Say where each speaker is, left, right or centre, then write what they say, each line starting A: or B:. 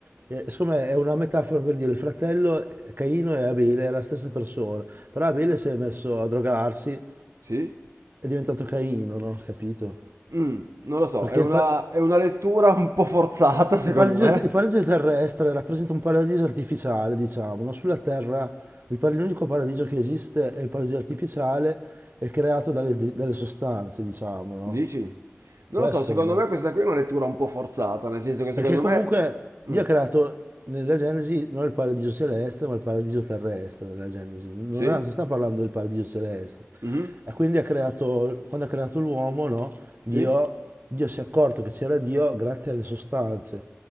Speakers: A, on the right; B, on the right.
A: E, secondo me è una metafora per dire il fratello Caino e Abele è la stessa persona, però Abele si è messo a drogarsi,
B: sì.
A: è diventato Caino, no? Capito?
B: Mm, non lo so,
A: Perché
B: è una,
A: il, pa-
B: è una lettura un po' forzata, secondo
A: Il paradiso,
B: me.
A: il paradiso terrestre rappresenta un paradiso artificiale, diciamo, no? Sulla Terra il par- l'unico paradiso che esiste è il paradiso artificiale, è creato dalle, dalle sostanze, diciamo, no?
B: Dici? Non
A: Può
B: lo
A: essere,
B: so, secondo
A: no?
B: me questa qui è una lettura un po' forzata, nel senso che secondo
A: Perché comunque
B: me...
A: Dio
B: Mm,
A: ha creato nella Genesi non il paradiso celeste, ma il paradiso terrestre nella Genesi. Non,
B: sì?
A: ha- non sta parlando del paradiso celeste.
B: Mhm,
A: E quindi ha creato, quando ha creato l'uomo, no? Dio,
B: sì?
A: Dio si è accorto che c'era Dio grazie alle sostanze.